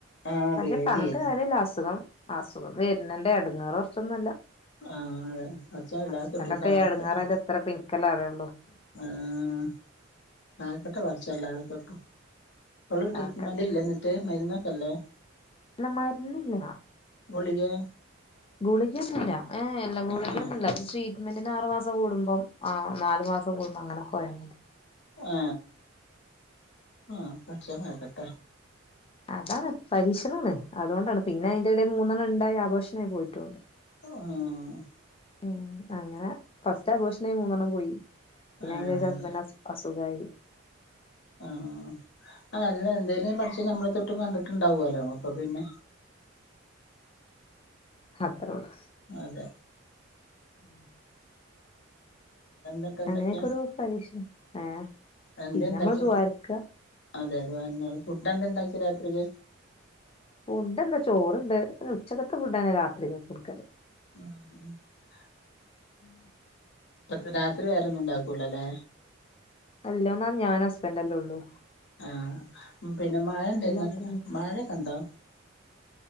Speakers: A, on the left; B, on the left.
A: ആഹ്
B: പക്ഷെ
A: പേടിയായിരുന്നു
B: പണ്ട് പോലെയല്ല അസുഖം അസുഖം വര്ന്നതിന്റെ എടങ്ങേറ് കൊറച്ചൊന്നൊല്ല.
A: ആഹ് പടച്ചോൻ എല്ലാർക്കും
B: ഹസ്ബന്റൊക്കെ
A: കാക്കട്ടെ
B: എടങ്ങേറായത് എത്രയിപ്പിനിക്കല്ലേ അറിയു
A: ആഹ് കാക്കട്ടെ പടച്ചോൻ എല്ലാരെ തൊ ട്ടു ഇപ്പോളും
B: കാക്കട്ടെ
A: ട്രീറ്റ്മെന്റ് ഇല്ലേ ന്നിട്ട് മരുന്ന് അല്ലേ
B: ഇല്ല മരുന്നില്ലടാ
A: ഗുളികയാ
B: ഗുളിക ഒന്നുല്ലാ ഏ അല്ല ഗുളിക
A: ഏഹ്
B: ഒന്നൂല്ല്യ അത് മെന്റ്ന്റെ ആറ്മാസം കൂടുമ്പോ ആ നാല് മാസം കൂടുമ്പോ അങ്ങനെ പോയാ
A: ഹാ ആ <unintelligible>
B: അതാണ് പരീക്ഷ് ക്ഷണത്തിലാണ് അതോണ്ടാണ് പിന്നെ അയിന്റെ ഇടയില് മൂന്നെണ്ണം ഇണ്ടായി അബോർഷൻ ആയി പോയിക്ക്ണ്
A: <unintelligible>
B: മ്ം അങ്ങനെ ഫസ്റ്റ് അബോർഷനിൽ മൂന്നെണ്ണം പോയി പിന്നെ
A: ആഹ്
B: അയ്‌ന്റെഷം ഹസ്ബൻഡ് ഹസ് ഹസ് സുഖയി
A: ഹാ ആ നിങ്ങൾ രണ്ടുപേരേയും പടച്ചോൻ നമ്മളെ തൊ കണ്ടിട്ട്ഇണ്ടാവാലോ ഇപ്പൊ പിന്നെ
B: അത്രള്ളൂ
A: അതെ
B: <inaudible>
A: എന്തൊക്കെ എന്തൊക്കെയാ
B: അങ്ങനെഒക്കെയൊരു പരീക്ഷ് ആ
A: എന്താ
B: പിന്നെ
A: ഉണ്ടാക്കിയ
B: ഇമ്മള് ദുആർക്ക
A: ഫു അതെ അത് വ <unintelligible> കുട്ടാൻന്താണ്ടാക്കിയേ രാത്രിയില്
B: ഫുഡ് അല്ല ചോറ് ഇണ്ട് ഹാ ഉച്ചക്ക്ത്തേ ഫുഡാണ് രാത്രിലും കൊടുക്കല്
A: <inaudible>
B: <inaudible>
A: പ്പം രാത്രി വേറെ ഒന്നുണ്ടാക്കൂല അല്ലേ
B: ഒല്യോന്ന ഞാന് ഹസ്ബൻഡ്‌ അല്ലേ ഉള്ളു
A: ഹാ പിന്നെ മഴ ഇണ്ടേരുന്നോ
B: ആയിട്ടൊന്നുല്ല
A: മഴഒക്കെ ഇണ്ടോ